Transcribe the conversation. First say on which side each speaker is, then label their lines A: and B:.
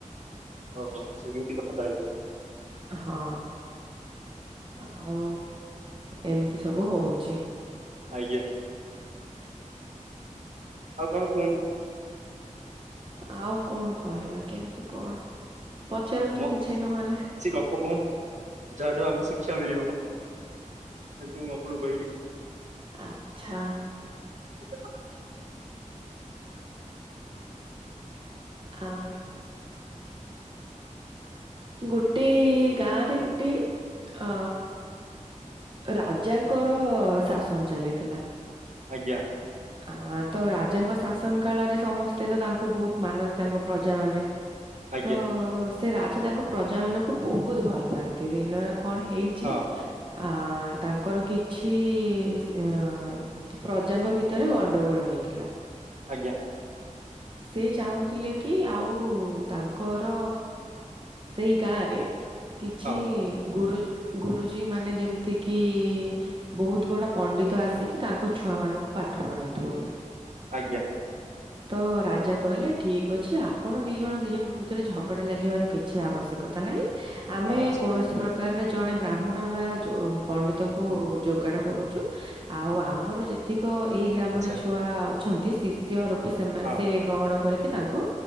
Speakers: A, on the right (about 65°); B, on the right (about 40°).
A: ଓହୋ ଏମିତି କଥା ତାହାଲେ।
B: ହଁ। ଆଉ ଏମିତି ସବୁ ହଉଛି।
A: ଆଜ୍ଞା। ଆଉ କଣ କୁହନ୍ତୁ?
B: ଆଉ କଣ କହିବା କେମିତି କଣ? ପଚାରନ୍ତୁ
A: ମ କିଛି
B: ନହେଲେ
A: ଗପ କୁହନ୍ତୁ ଯାହାଠୁ ଆମକୁ ଶିକ୍ଷା ମିଳିବ। ଯେମିତି ମୁଁ ଆପଣଙ୍କୁ କହିଲି।
B: ଆଚ୍ଛା
A: <inaudible>
B: ଆ ଗୋଟେ ଗାଁ ରେ ଗୋଟେ ଅ ରାଜାଙ୍କର ଶାସନ ଚାଲିଥିଲା
A: ଆଜ୍ଞା
B: ଆ ତ ରାଜାଙ୍କ ଶାସନ କାଳରେ ସମସ୍ତେ ତ ତାଙ୍କୁ ବହୁତ ମାନନ୍ତି ତାଙ୍କ ପ୍ରଜା ମାନେ। ତ
A: ଆଜ୍ଞା
B: ସେ ରାଜା ତାଙ୍କ ପ୍ରଜା ମାନଙ୍କୁ ବହୁତ ଭଲ ପାଆନ୍ତି। ଦିନ କଣ ହେଇଛି
A: ହଁ
B: ଆ ତାଙ୍କର କିଛି ଅ ପ୍ରଜାଙ୍କ ଭିତରେ ଗଣ୍ଡଗୋଳ ହେଇଥିଲା।
A: ଆଜ୍ଞା।
B: ସେ ଚାହୁଁଥିଲେ କି ଆଉ ତାଙ୍କର ସେଇ ଗାଁରେ କିଛି
A: ହଁ
B: ଗୁରୁଜ ଗୁରୁଜୀ ମାନେ ଯେମିତି କିି ବହୁତ ବଡ ପଣ୍ଡିତ ଆସିକି ତାଙ୍କ ଛୁଆ ମାନଙ୍କୁ ପାଠ ପଢାନ୍ତୁ ବୋଲି
A: ଆଜ୍ଞା।
B: ତ ରାଜା କହିଲେ ଠିକ ଅଛି ଆପଣ ଦି ଜଣ ଦି ଜଣଙ୍କ ଭିତରେ ଝଗଡା ଲାଗିବାର କିଛି ଆବଶ୍ୟକତା ନାହିଁ। ଆମେ
A: ହଁ ଆଚ୍ଛା
B: କୌଣସି ପ୍ରକାରର ଜଣେ ବ୍ରାହ୍ମଣ ବା ଜୋ ପଣ୍ଡିତଙ୍କୁ ଯୋଗାଡ଼ କରୁଛୁ। ଆଉ ଆମର ଯେତିକ ଏଇ ଗ୍ରାମରେ
A: ଆଚ୍ଛା
B: ଛୁଆ ଅଛନ୍ତି। ଶିଷ୍ୟ ରୂପେ ସେମା
A: ହଁ
B: ସେ ଗ୍ରହଣ କରିକି ତାଙ୍କୁ